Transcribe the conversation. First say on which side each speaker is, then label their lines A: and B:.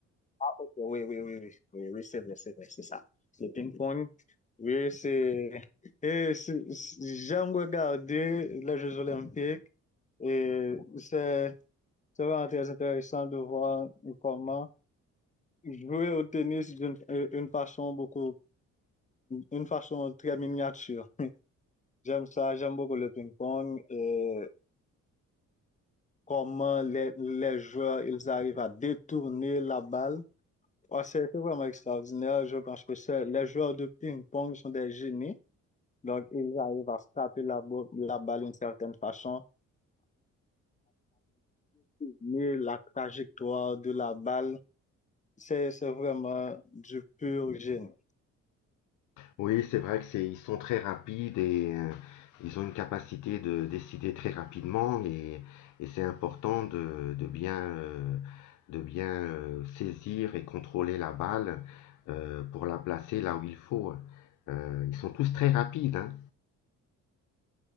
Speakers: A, on the left; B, on the left.
A: Ah, ok, oui, oui, oui, oui, oui, oui, c'est vrai, c'est vrai, c'est ça. Le ping-pong, oui, c'est, et c'est- c'est- j'aime regarder les Jeux Olympiques et c'est, C'est vraiment très intéressant de voir comment jouer au tennis d'une euh, une façon beaucoup, une façon très miniature. J'aime ça, j'aime beaucoup le ping-pong et comment les, les joueurs, ils arrivent à détourner la balle. Ouais, c'est c'est vraiment extraordinaire. Je pense que c'est, les joueurs de ping-pong sont des génies. Donc, ils arrivent à taper la, bo- la balle d'une certaine façon, mais la trajectoire de la balle. C'est, c'est vraiment du pur génie.
B: Oui, c'est vrai que c'est, ils sont très rapides et euh, ils ont une capacité de décider très rapidement et, et c'est important de, de bien, euh, de bien euh, saisir et contrôler la balle euh, pour la placer là où il faut. Euh, ils sont tous très rapides, hein.